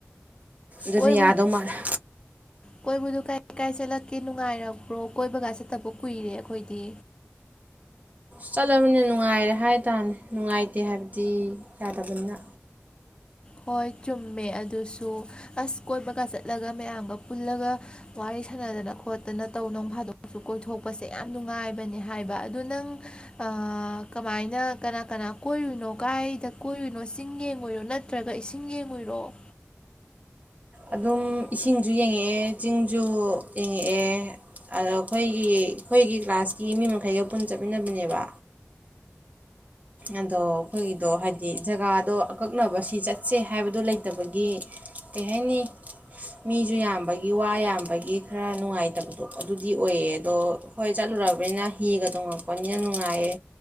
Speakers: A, on the right (about 35°); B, on the left (about 20°).
A: ꯗꯨꯅ
B: ꯀꯣꯏꯕ
A: ꯌꯥꯗꯧ ꯃꯥꯜꯂꯦ
B: ꯀꯣꯏꯕꯗꯣ ꯀꯥꯏ ꯀꯥꯏ ꯆꯠꯂꯛꯀꯦ ꯅꯨꯡꯉꯥꯏꯔꯛꯄ꯭ꯔꯣ ꯀꯣꯏꯕꯒ ꯆꯠꯇꯕ ꯀꯨꯏꯔꯦ ꯑꯩꯈꯣꯏꯗꯤ
A: ꯆꯠꯂꯕꯅꯤꯅ ꯅꯨꯡꯉꯥꯏꯔꯦ ꯍꯥꯏ ꯇꯥꯝꯅꯦ ꯅꯨꯡꯉꯥꯏꯇꯦ ꯍꯥꯏꯕꯗꯤ ꯌꯥꯗꯕꯅꯤꯅ
B: ꯍꯣꯏ ꯆꯨꯝꯃꯦ ꯑꯗꯨꯁꯨ ꯑꯁ ꯀꯣꯏꯕꯒ ꯆꯠꯂꯒ ꯃꯌꯥꯝꯒ ꯄꯨꯜꯂꯒ ꯋꯥꯔꯤ ꯁꯥꯟꯅꯗꯅ ꯈꯣꯠꯇꯅ ꯇꯧ ꯅꯣꯡ ꯐꯥꯗꯣꯛꯑꯁꯨ ꯀꯣꯏꯊꯣꯛꯄꯁꯦ ꯌꯥꯝ ꯅꯨꯡꯉꯥꯏꯕꯅꯦ ꯍꯥꯏꯕ ꯑꯗꯨ ꯅꯪ ꯑꯥ ꯀꯃꯥꯏꯅ ꯀꯅꯥ ꯀꯅꯥ ꯀꯣꯏꯔꯨꯏꯅꯣ ꯀꯥꯏꯗ ꯀꯣꯏꯔꯨꯅꯣ ꯆꯤꯡ ꯌꯦꯡꯉꯨꯏꯔꯣ ꯅꯠ ꯅꯠꯇ꯭ꯔꯒ ꯏꯁꯤꯡ ꯌꯦꯡꯉꯨꯏꯔꯣ
A: ꯑꯗꯨꯝ
B: ꯎꯝ
A: ꯏꯁꯤꯡꯁꯨ ꯌꯦꯡꯉꯛꯑꯦ ꯆꯤꯡꯁꯨ ꯌꯦꯡꯉꯛꯑꯦ ꯑꯗꯣ ꯑꯩꯈꯣꯏ ꯑꯩꯈꯣꯏꯒꯤ ꯀ꯭ꯂꯥꯁꯀꯤ ꯃꯤ ꯃꯈꯩꯒ ꯄꯨꯟ ꯆꯠꯃꯤꯟꯅꯕꯅꯦꯕ ꯑꯗꯣ ꯑꯩꯈꯣꯏꯒꯤꯗꯣ ꯍꯥꯏꯗꯤ ꯖꯒꯥꯗꯣ ꯑꯀꯛꯅꯕ ꯁꯤ ꯆꯠꯁꯦ ꯍꯥꯏꯕꯗꯣ ꯂꯩꯇꯕꯒꯤ ꯀꯩ ꯍꯥꯏꯅꯤ ꯃꯤꯁꯨ ꯌꯥꯝꯕꯒꯤ ꯋꯥ ꯌꯥꯝꯕꯒꯤ ꯈꯔ ꯅꯨꯡꯉꯥꯏꯇꯕꯗꯣ ꯑꯗꯨꯗꯤ ꯑꯣꯏꯌꯦ ꯑꯗꯣ ꯍꯣꯏ ꯆꯠꯂꯨꯔꯕꯅꯤꯅ ꯍꯤꯒ ꯇꯣꯡꯉꯛꯄꯅꯤꯅ ꯅꯨꯡꯉꯥꯏꯌꯦ